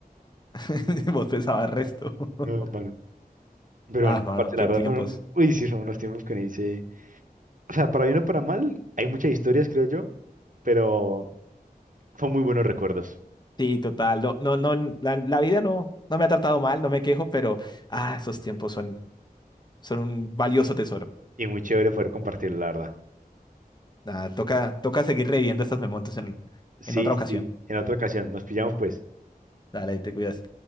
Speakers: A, on the left; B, on the right.
A: <laughs> Vos pensabas resto. <laughs>
B: No, bueno. Pero
A: Ah,
B: no,
A: mano,
B: parce,
A: qué
B: la verdad
A: tiempos.
B: fueron, uy, sí, son unos tiempos que me dice, o sea, para bien o para mal, hay muchas historias, creo yo, pero son muy buenos recuerdos
A: Sí, total. No, no, no, la, la vida no, no me ha tratado mal, no me quejo, pero ah, esos tiempos son, son un valioso tesoro.
B: y muy chévere poder compartir, la verdad.
A: Nada, toca, toca seguir reviviendo estos momentos en,
B: Sí,
A: en otra
B: sí,
A: ocasión.
B: en otra ocasión, nos pillamos pues.
A: Dale, te cuidas.